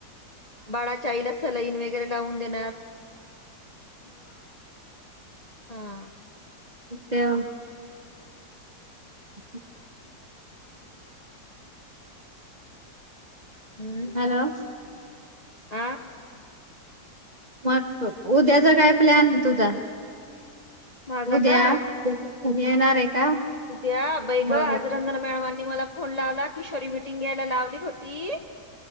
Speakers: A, on the left (about 30°); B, on the right (about 25°).
A: बाळाच्या आईला सलाईन वगैरे लावून देणार. हा.
B: ते <unintelligible>
A: हम्म.
B: हॅलो.
A: आ
B: मग उद्याचा काय प्लॅन आहे तुझा?
A: माझा
B: उद्या
A: का?
B: उद्या येणार आहे? का
A: उद्या बाई
B: हा
A: आज रंजना मॅडमांनी मला फोन लावला. किशोरी मिटिंग घ्यायला लावली होती.